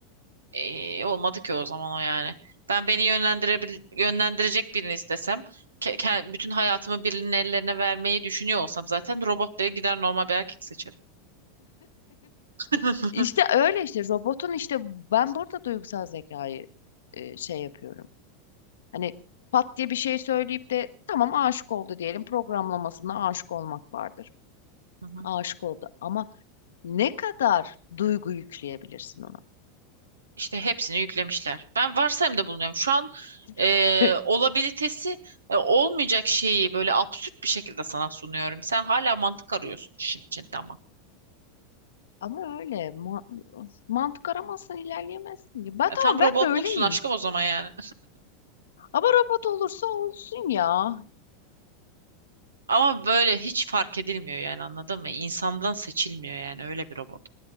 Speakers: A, on the right; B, on the left.
A: e, olmadı ki o zaman o yani. Ben beni yönlendirebil yönlendirecek birini istesem ke- ke- bütün hayatımı birinin ellerine vermeyi düşünüyor olsam zaten robot diye gider normal bir erkek seçerim. <laughs>
B: İşte öyle işte robotun işte ben burada duygusal zekayı e, şey yapıyorum. Hani pat diye bir şey söyleyip de tamam aşık oldu diyelim. Programlamasında aşık olmak vardır.
A: Hı hı.
B: Aşık oldu ama ne kadar duygu yükleyebilirsin ona?
A: İşte hepsini yüklemişler. Ben varsayımda bulunuyorum. Şu an e,
B: <laughs>
A: olabilitesi e, olmayacak şeyi böyle absürt bir şekilde sana sunuyorum. Sen hala mantık arıyorsun işin içinde ama.
B: Ama öyle ma- mantık aramazsan ilerleyemezsin. Ya ben
A: E,
B: tamam
A: tam
B: ben
A: robotluksun
B: böyleyim.
A: aşkım o zaman yani.
B: Ama robot olursa olsun ya.
A: <laughs> Ama böyle hiç fark edilmiyor yani anladın mı? İnsandan seçilmiyor yani öyle bir robot.